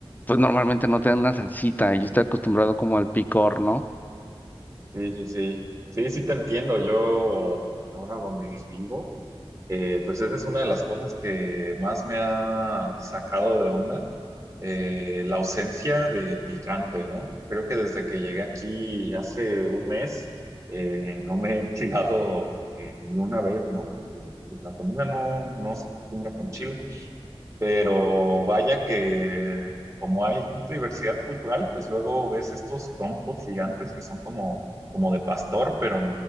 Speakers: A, on the left; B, on the right.
A: pues normalmente no te dan una salsita. Yo estoy acostumbrado como al picor, ¿no?
B: Sí, sí, sí. Sí, sí te entiendo. Yo ahora donde vivo. Eh, pues esa es una de las cosas que más me ha sacado de onda, eh, la ausencia de picante, ¿no? Creo que desde que llegué aquí hace un mes, eh, no me he enchilado eh, ni una vez, ¿no? Porque, pues, la comida no, no se acostumbra con chile. Pero vaya que como hay tanta diversidad cultural, pues luego ves estos trompos gigantes que son como, como de pastor, pero